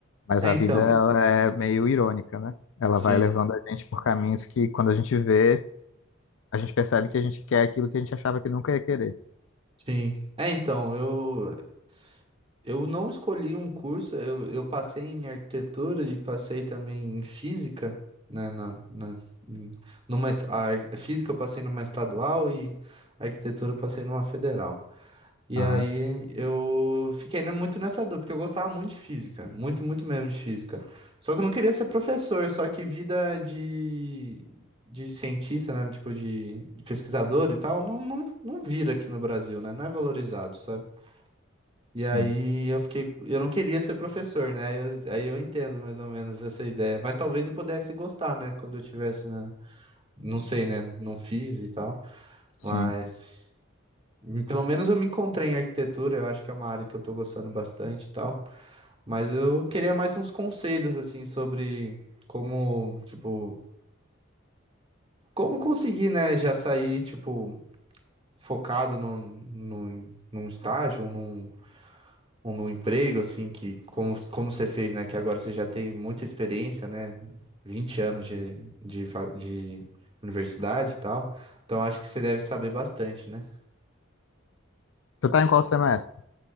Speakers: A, on the left; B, on the right.
A: Mas
B: é,
A: a
B: então.
A: vida ela é meio irônica, né? Ela
B: Sim,
A: vai levando a gente por caminhos que, quando a gente vê, a gente percebe que a gente quer aquilo que a gente achava que nunca ia querer.
B: sim. É, então, eu. Eu não escolhi um curso, eu, eu passei em arquitetura e passei também em física, né, na, na, em- numa, es- a ar- física eu passei numa estadual e a arquitetura eu passei numa federal. E
A: Aham,
B: aí eu fiquei, né, muito nessa dúvida, porque eu gostava muito de física, muito, muito mesmo de física. Só que eu não queria ser professor, só que vida de, de cientista, né, tipo de pesquisador e tal, não, não, não vira aqui no Brasil, né, não é valorizado, sabe? E
A: sim,
B: aí eu fiquei, eu não queria ser professor, né? Eu- aí eu entendo mais ou menos essa ideia. Mas talvez eu pudesse gostar, né? Quando eu tivesse na, não sei, né? Não fiz e tal.
A: sim.
B: Mas em- pelo menos eu me encontrei em arquitetura. Eu acho que é uma área que eu tô gostando bastante e tal. Mas eu queria mais uns conselhos assim sobre como, tipo, como conseguir, né? Já sair tipo focado num, num, num estágio, ou num um no emprego, assim, que como, como você fez, né? Que agora você já tem muita experiência, né? vinte anos de, de, fa- de universidade e tal. Então acho que você deve saber bastante, né?
A: Tu tá em qual semestre?